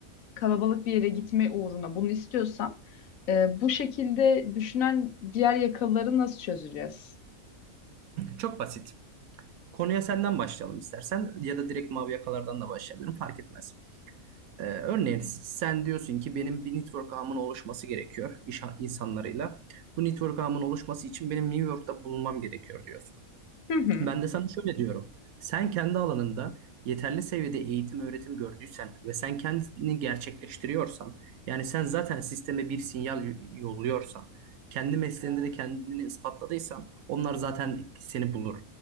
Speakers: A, on the left; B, on the right.
A: kalabalık bir yere gitme uğruna bunu istiyorsam e, bu şekilde düşünen diğer yakaları nasıl çözeceğiz?
B: Çok basit. Konuya senden başlayalım istersen ya da direkt mavi yakalardan da başlayabilirim fark etmez. Ee, örneğin sen diyorsun ki benim bir network ağımın oluşması gerekiyor iş insanlarıyla. Bu network ağımın oluşması için benim New York'ta bulunmam gerekiyor diyorsun.
A: Hı hı.
B: Ben de sana şöyle diyorum. Sen kendi alanında yeterli seviyede eğitim öğretim gördüysen ve sen kendini gerçekleştiriyorsan, yani sen zaten sisteme bir sinyal y- yolluyorsan, kendi mesleğinde de kendini ispatladıysan onlar zaten seni bulur.